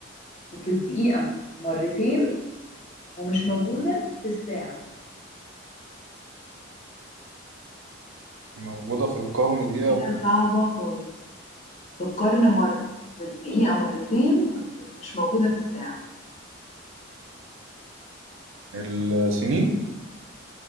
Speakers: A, on the left; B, on the right.
A: وفي الدقيقة مرتين ومش موجودة في الساعة
B: موجودة في القرن دي
A: حاجة
B: أو
A: صعبة خالص في القرن مرة في الدقيقة مرتين ومش موجودة في الساعة
B: السنين